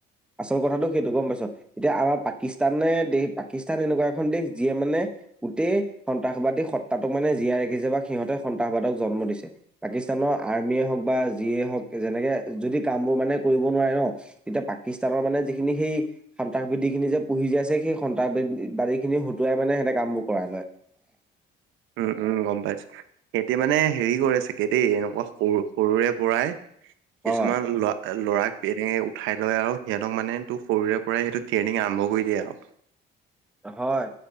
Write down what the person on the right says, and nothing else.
উম উম গম পাইছো এতিয়া মানে হেৰি কৰে চাগে দেই এনেকুৱা সৰু সৰুৰে পৰাই কিছুমান
ল-লৰাক <unintelligible> ঠাই লয় আৰু সিহঁতক মানে তোৰ সৰুৰে পৰাই সেইটো ট্ৰেইনিং আৰম্ভ কৰি দিয়ে আৰু।